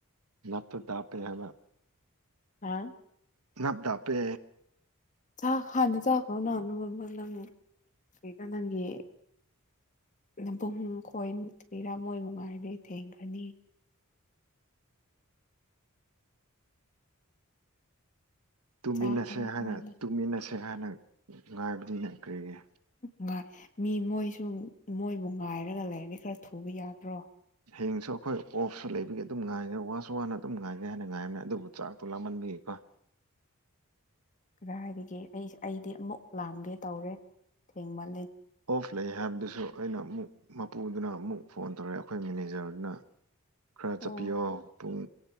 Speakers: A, on the right (about 80°); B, on the left (about 35°).
A: ꯗꯦꯃ
B: ꯑ
A: ꯅꯞꯗꯥꯄꯦ
B: ꯆ ꯍꯥꯟꯅ ꯆꯈ꯭ꯔꯣꯅꯅꯃ ꯅꯪ ꯀꯀꯥꯟ ꯅꯪꯒꯤꯦ ꯅꯕꯨꯡ ꯈꯣꯏꯔꯥ ꯃꯣꯏ ꯃꯨꯉꯥꯏꯔꯗꯤꯦ ꯊꯦꯡꯈ꯭ꯔꯅꯤ
A: ꯇꯨꯝꯃꯤꯟꯅꯁꯦ
B: ꯆꯥꯈ꯭ꯔꯣ
A: ꯍꯥꯏꯅ
B: ꯍꯥꯟꯅ
A: ꯇꯨꯝꯃꯤꯟꯅꯁꯦ ꯍꯥꯏꯅ ꯉꯥꯏꯕꯅꯤꯅ ꯀꯔꯤꯒꯤ
B: ꯉꯥꯏ ꯃꯤ ꯃꯣꯏꯁꯨ ꯃꯣꯏꯕꯨ ꯉꯥꯏꯔꯒ ꯂꯩꯔꯗꯤ ꯈꯔ ꯊꯨꯕ ꯌꯥꯗ꯭ꯔꯣ
A: ꯍꯦꯡꯁꯨ ꯑꯩꯈꯣꯏ ꯑꯣꯐꯁꯨ ꯂꯩꯕꯒꯤ ꯑꯗꯨꯝ ꯉꯥꯏꯔꯦ ꯋꯥꯁꯨ ꯋꯥꯅ ꯑꯗꯨꯝ ꯉꯥꯏꯒꯦ ꯍꯥꯏꯅ ꯉꯥꯏꯔꯝꯃꯦ ꯑꯗꯨꯕꯨ ꯆꯥꯛꯇꯣ ꯂꯥꯃꯟꯕꯒꯤ ꯑꯩ ꯑ
B: ꯀꯗꯥ ꯍꯥꯏꯔꯤꯒꯦ ꯑꯩ ꯑꯩꯗꯤ ꯑꯃꯨꯛ ꯂꯥꯝꯒꯦ ꯇꯧꯔꯦ ꯊꯦꯡꯃ
A: ꯑꯣꯐ ꯂꯩ ꯍꯥꯏꯕꯗꯨꯁꯨ ꯑꯩꯅ ꯑꯃꯨꯛ ꯃꯄꯨꯗꯨꯅ ꯑꯃꯨꯛ ꯐꯣꯟ ꯇꯧꯔꯛꯑꯦ ꯑꯩꯈꯣꯏ ꯃꯦꯅꯦꯖꯔꯗꯨꯅ ꯈꯔ ꯆꯠꯄꯤꯌꯣ
B: ꯑꯣ
A: ꯄꯨꯡ